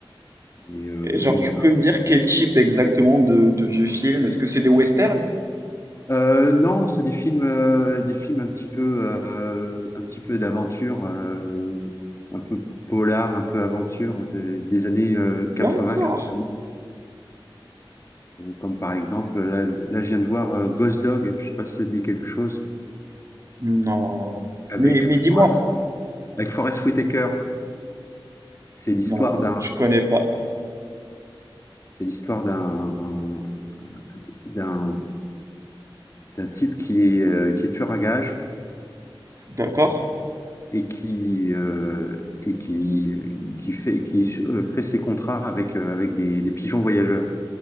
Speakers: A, on the left; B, on the right.
A: Et euh,
B: Et genre,
A: donc
B: tu
A: voilà.
B: peux me dire quel type exactement de, de vieux films? Est-ce que c'est des westerns?
A: Euh, non, c'est des films, euh, des films un petit peu, euh, un petit peu d'aventure, euh, un peu polar, un peu aventure de- des années 80-90.
B: D'accord.
A: comme par exemple, là, là, je viens de voir euh, Ghost Dog. Je sais pas si ça te dit quelque chose.
B: Non.
A: Avec
B: Mais, mais
A: Forrest
B: dis-moi.
A: Avec Forest Whitaker. C'est l'histoire
B: Non,
A: d'un,
B: je connais pas.
A: c'est l'histoire d'un, d'un, d'un type qui est, euh, qui est tueur à gages
B: D'accord.
A: et qui, euh, et qui, qui fait, qui euh, fait ses contrats avec, euh, avec des, des pigeons voyageurs.